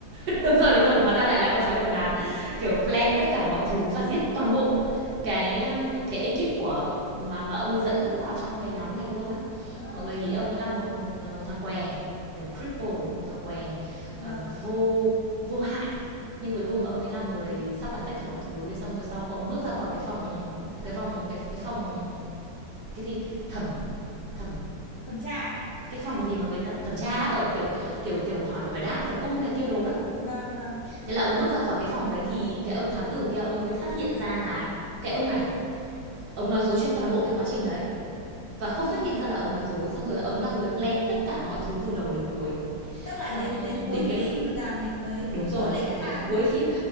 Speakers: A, on the right (about 65°); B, on the left (about 55°).
A: <laughs> đúng rồi đúng rồi hóa ra lại là con sói đầu đàn kiểu plan tất cả mọi thứ và giết toàn bộ cái um, cái ekip của mà mà ông ấy dẫn vào trong cái nhóm này luôn á
B: Ờ,
A: mọi người nghĩ ông ấy là một một thằng què kiểu cripple một thằng què
B: vâng,
A: ờ, vô vô hại nhưng cuối cùng ông ấy là người sắp đặt tất cả mọi thứ thế xong rồi sau ông bước ra khỏi cái phòng cái vòng cái cái phòng cái gì thẩm thẩm
B: thẩm tra à?
A: cái phòng
B: hay là
A: gì mà người ta thẩm tra ở kiểu kiểu kiểu hỏi hỏi đáp hỏi cung này kia đồ đó
B: vâng vâng.
A: thế là ông bước ra khỏi cái phòng đấy thì cái ông thám tử kia ông mới phát hiện ra là cái ông này ông nói dối trên toàn bộ cái quá trình đấy và không
B: Ừm,
A: phát hiện ra là ông nói dối xong rồi ông là người plan tất cả mọi thứ từ đầu đến cuối
B: Tức là
A: xong
B: đến đến cuối
A: đến cái
B: phim là mình mới mới
A: đúng
B: vỡ
A: rồi
B: lẽ
A: đến
B: ra
A: đến
B: đúng
A: cuối
B: không?
A: phim